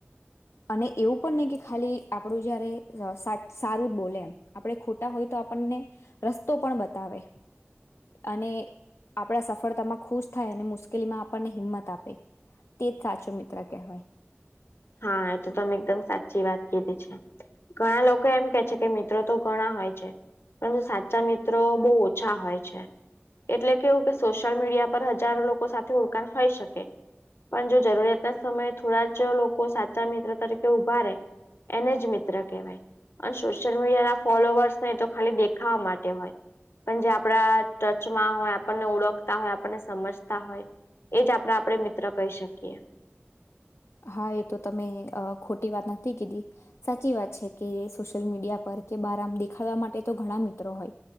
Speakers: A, on the left (about 85°); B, on the left (about 70°).
A: અને એવું પણ નહી કે ખાલી આપડું જયારે ઝ સા સારું જ બોલે એમ. આપડે ખોટા હોય તો આપણને રસ્તો પણ બતાવે. અને આપણા સફળતામાં ખુશ થાય અને મુશ્કેલીમાં આપણને હિંમત આપે. તેજ સાચો મિત્ર કહેવાય.
B: હા, એ તો તમે એકદમ સાચી વાત કીધી છે. ઘણા લોકો એમ કે છે કે મિત્રો તો ઘણા હોય છે. પરંતુ સાચા મિત્રો બહુ ઓછા હોય છે. એટલે કેવું કે સોશિયલ મીડિયા પર હજારો લોકો સાથે ઓળખાણ હોઈ શકે. પણ જો જરૂરિયાત ના સમયે થોડા જ લોક કો સાચા મિત્ર તરીકે ઉભા રહે, એને જ મિત્ર કહેવાય. પણ સોશિયલ મીડિયા ના ફોલોવર્સ ને તો ખાલી દેખાવા માટે હોય. પણ જે આપણા ટચમાં હોય આપણને ઓળખતા હોય આપણને સમજતા હોય એજ આપડા આપડે મિત્ર કહી શકીએ.
A: હા, એ તો તમે અ ખોટી વાત નથી કીધી. સાચી વાત છે કે સોશિયલ મીડિયા પર કે બાર આમ દેખાડવા માટે તો ઘણા મિત્રો હોય.